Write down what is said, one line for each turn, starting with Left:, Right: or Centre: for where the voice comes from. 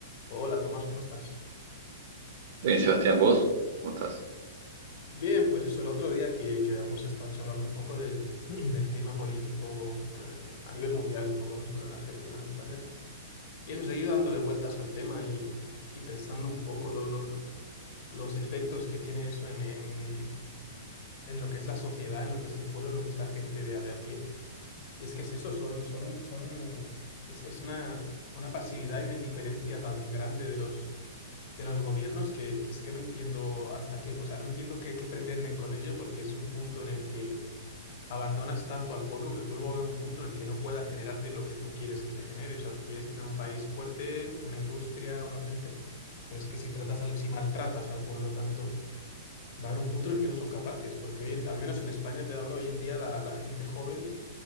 Left: Hola Tomás, ¿cómo estás?
Right: Bien, Sebastián, ¿vos? ¿Cómo estás?
Left: Bien, pues eso, el otro día que, que hemos estado charlando un poco del, <clears throat> del clima político en- en- a nivel mundial, un poco no solo en Argentina, en España, y eso, seguido dándole vueltas al tema y, y pensando un poco lo- lo- lo- los efectos que tiene eso en, en, en lo que es la sociedad, en lo que es el pueblo, en lo que es la gente de, a- de a pie. Y es que es eso, son, son, son, es, es una, una pasividad y una indiferencia tan grande de los de los gobiernos que, que es que no entiendo hasta qué, o sea, no entiendo qué, qué pretenden con ello porque es un punto en el que abandonas tanto al pueblo que el pueblo va a haber un punto en el que no pueda generarte lo que tú quieres que te genere. O sea, tú quieres tener un país fuerte, una industria, una presencia, pero es que si tratas al- si maltratas al pueblo tanto, va a haber un punto en el que no son capaces, porque hoy en- al menos en España te hablo, hoy en día la, la gente joven